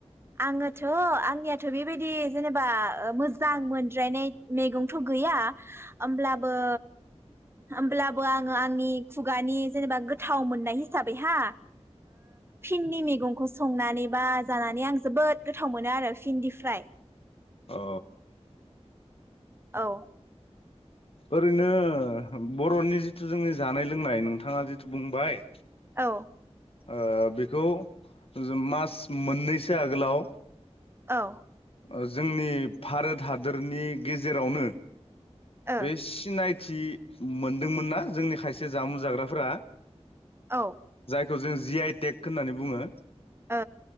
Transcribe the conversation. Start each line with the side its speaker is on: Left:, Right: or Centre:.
Right: आङोथ' आंनियाथ' बेबायदि जेनेबा ओ मोजां मोनद्रायनाय मेगंथ' गैया ओमब्लाबो होमब्लाबो आङो आंनि खुगानि जेनेबा गोथाव मोननाय हिसाबै हो फिन्डि मेगंखौ संनानै बा जानानै आं जोबोद गोथाव मोनो आरो फिन्डि फ्राय।
Left: अ
Right: औ
Left: ओरैनो बर'नि जिथु जोंनि जानाय लोंनाय नोंथाङा जिथु बुंबाय
Right: औ
Left: ओ बेखौ जो मास मोननैसो आगोलाव
Right: औ
Left: ओ जोंनि भारत हादरनि गेजेरावनो
Right: औ
Left: बे सिनायथ थि मोनदोंमोनना जोंनि खायसे जामुं जाग्राफोरा
Right: औ।
Left: खौ जों जि आइ टेक होननानै बुङो।
Right: ओ